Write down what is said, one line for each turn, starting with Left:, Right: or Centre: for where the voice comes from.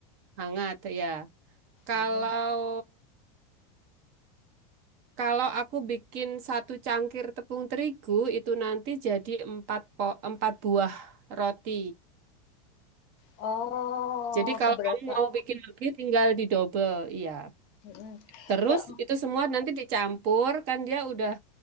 Right: hangat ya. Kalau
Left: Mm-mm.
Right: Kalau aku bikin satu cangkir tepung terigu itu nanti jadi empat po empat buah roti.
Left: Oh,
Right: Jadi kalau
Left: seberapa?
Right: kamu mau bikin lagi tinggal didobel, iya.
Left: Mm-mm.
Right: Terus
Left: Se-
Right: itu semua nanti dicampur kan dia udah